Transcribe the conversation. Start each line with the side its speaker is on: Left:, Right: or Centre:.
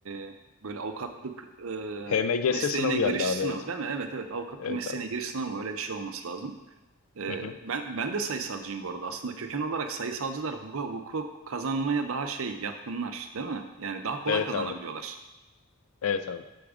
Right: e, böyle avukatlık e,
Left: HMGS
Right: mesleğine
Left: sınavı geldi
Right: giriş
Left: abi
Right: sınavı
Left: evet.
Right: değil mi? Evet evet avukatlık
Left: Evet
Right: mesleğine
Left: abi.
Right: giriş sınavı öyle bir şey olması lazım. Ee,
Left: Hı hı.
Right: ben ben de sayısalcıyım bu arada. Aslında köken olarak sayısalcılar hukuka, hukuk kazanmaya daha şey yatkınlar, değil mi? Yani daha kolay
Left: Evet
Right: kazanabiliyorlar.
Left: abi. Evet abi.